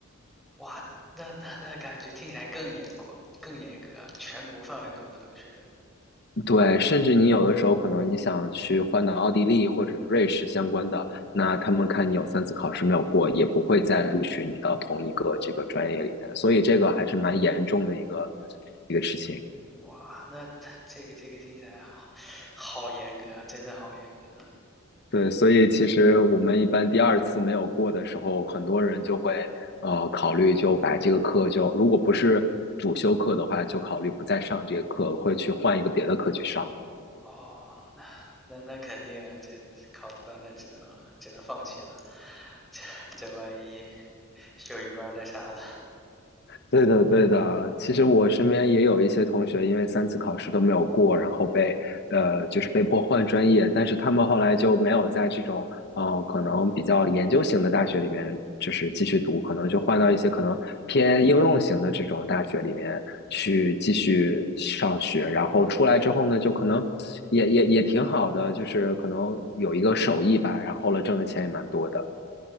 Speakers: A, in the centre; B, on the left.
A: 哇，那那那感觉听起来更严格，更严格啊全国范围都不能选。
B: 对，甚至你有的时候可能你想去换到奥地利或者是瑞士相关的，那他们看你有三次考试没有过，也不会再录取你到同一个这个专业里面，所以这个还是蛮严重的一个
A: 我的
B: 一个事情。
A: 哇，那他这个这个听起来好，好严格啊，真的好严格
B: 对，所以其实我们一般第二次没有过的时候，很多人就会呃考虑就把这个课就如果不是主修课的话，就考虑不再上这个课，会去换一个别的课去上。
A: 哦。那那肯定啊，这考不到，那只能只能放弃了。这这万一修一半那啥了。
B: 对的，对的。其实我身边也有一些同学，因为三次考试都没有过，然后被呃就是被迫换专业，但是他们后来就没有在这种呃可能比较研究型的大学里面就是继续读，可能就换到一些可能偏应用型的这种大学里面去继续上学，然后出来之后呢，就可能也也也挺好的，就是可能有一个手艺吧，然后了挣的钱也蛮多的。